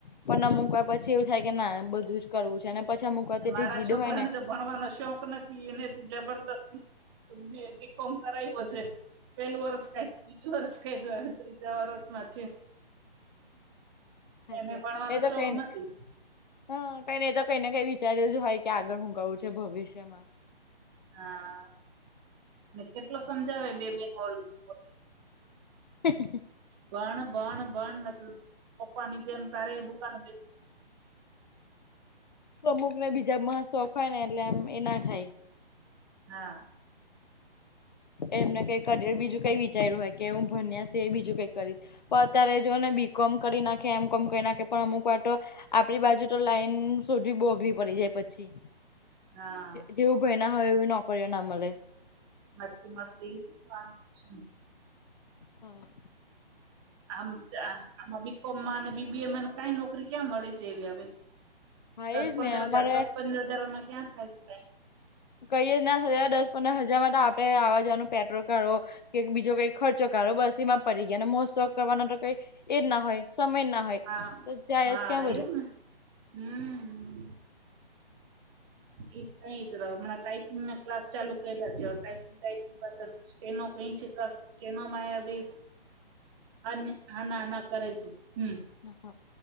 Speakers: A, on the left; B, on the right.
A: પણ ના મુૂકવા પછી એવું થાય કે ના બધું જ કરવું છે પાછી અમૂક વાર
B: ને
A: તો એટલી
B: મારા
A: જીડ
B: છોકરાને
A: હોય ને
B: તો ભણવાનો શોખ નથી એને જબરદસ્તી બી કોમ કરાવ્યો છે પહેલું વરસ કર્યું બીચુ વરસ કર્યું હવે ત્રીજ વરસ મા છે
A: હાચી
B: એને
A: વાત
B: ભણવાનો
A: એ તો
B: શોખ
A: કઈ ની
B: નથી
A: હા કઈ ને એ તો કઈ ને કઈ વિચાર જ હોય કે આગળ હું કરવું છે ભવિષ્યમાં
B: હા અને કેટલો સમજાવે બે બેનો ઓલી મોટી
A: હ
B: ભણ ભણ ભણ નઈ તો પપ્પા ની જેેમ તારે દુકાને બે
A: અમુક ને બીજામાં શોખ હોય ને એટલે આમ એ ના થાય.
B: હા
A: એમને કઈ કેરિયર બીજું કઈ વિચાર્યું હોય કે હું ભન્યા છે એ બીજું કઈ કરીશ. તો અત્યારે જો ને બી કોમ કરી નાખે એમ કોમ કરી નાખે પણ અમુક વાર તો આપણી બાજુ તો લાઈન <unintelligible> પડી જાય પછી.
B: હા
A: જેવું ભય ના હોય એવી નોકરીઓ ના મળે.
B: નથી મળતી <unintelligible>
A: હા
B: આમ આમાં બીકોમમાં અને બીબીએમાં કઈ નોકરી ક્યાં મળે છે એવી હવે
A: હા
B: દસ
A: એજ
B: પંદર
A: ને અમારે
B: હજાર દસ પંદર હજારમાં ક્યાં થાય છે. કઈ
A: કઈએ જ ના થ દસ પંદર હજારમાં તો આપડે આવવા જવાનું પેટ્રોલ કરવો. કે બીજો કઈ ખર્ચો કરો બસ એમાં પડી ગયાને મોજ શોક કરવાનો તો કઈ એજ ના હોય સમય જ ના હોય.
B: હા
A: તો જાય
B: હા
A: જ ક્યાં
B: એજ ને હમ એજ કઈ જ હણા ટાઈપિંગ ક્લાસ ચાલુ કર્યા છે ટાઈપિંગ ટાઈપિંગ પાછળ જ સ્ટ્રેનો કઈ છે, <unintelligible> સ્ટ્રેનો માં અભી <unintelligible> નાના કરે છે, હમ.
A: <unintelligible>